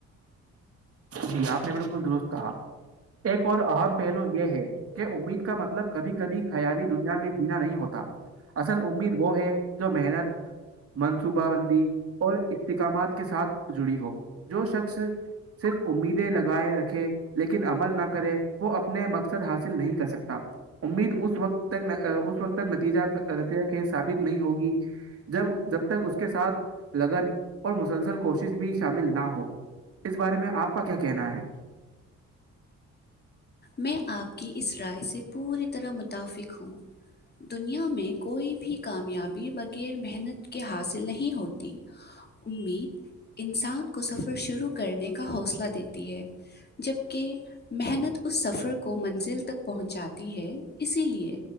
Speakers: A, on the right (about 50°); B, on the left (about 35°).
A: جی آپ نے بالکل درست کہا ایک اور اہم پہلو یہ ہے کہ امید کا مطلب کبھی کبھی خیالی دنیا میں جینا نہیں ہوتا اصل امید وہ ہے جو محنت منصوبہ بندی اور استحقامات کے ساتھ جڑی ہو جو شخص صرف امیدیں لگائے رکھے لیکن عمل نہ کرے وہ اپنے مقصد حاصل نہیں کر سکتا امید اس وقت تک اس وقت تک نتیجہ نتیجہ ک ثابت نہیں ہوگی جب جب تک اس کے ساتھ لگن اور مسلسل کوشش بھی شامل نہ ہو ہو اس بارے میں آپ کا کیا کہنا ہے
B: میں آپ کی اس رائے سے پوری طرح متفق ہوں دنیا میں کوئی بھی کامیابی بغیر محنت کے حاصل نہیں ہوتی امید انسان کو سفر شروع کرنے کا حوصلہ دیتی ہے جبکہ محنت اس سفر کو منزل تک پہنچاتی ہے اسی لیے